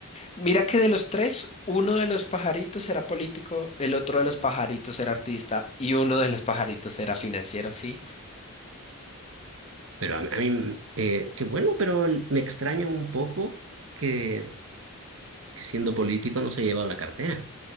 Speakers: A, on the left (about 30°); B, on the right (about 60°).
A: Mira que de los tres, uno de los pajaritos era político, el otro de los pajaritos era artista y uno de los pajaritos era financiero, sí.
B: Pero a, a mí, mm, eh, qué bueno, pero l- me extraña un poco que, que siendo político no se haya llevado la cartera.